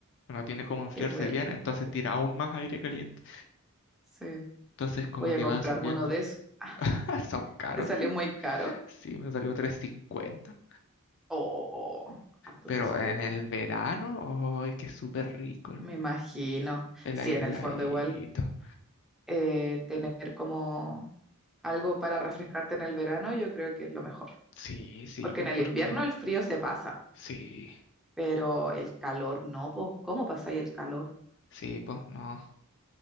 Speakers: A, on the left; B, in the centre.
A: No tiene como enfriarse
B: qué buena.
A: bien, entonces tira aún más aire caliente.
B: Sí,
A: Entonces como
B: voy a
A: que
B: comprarme
A: va subiendo.
B: uno de esos. Ah,
A: <laughs> Son caros,
B: ¿te salió
A: sí.
B: muy caro?
A: Sí, me salió trescientos cincuenta.
B: Oh, harto
A: Pero
B: te salió,
A: en
B: po.
A: el verano, ¡ay, qué súper rico!
B: Me imagino.
A: El
B: Sí,
A: aire
B: en el
A: heladito.
B: fondo igual. eh, tener como algo para refrescarte en el verano, yo creo que es lo mejor.
A: Sí, sí,
B: Porque
A: pues
B: en el
A: porque
B: invierno el frío se pasa,
A: sí,
B: pero el calor no, po. ¿Cómo pasa ahí el calor?
A: sí, pues no.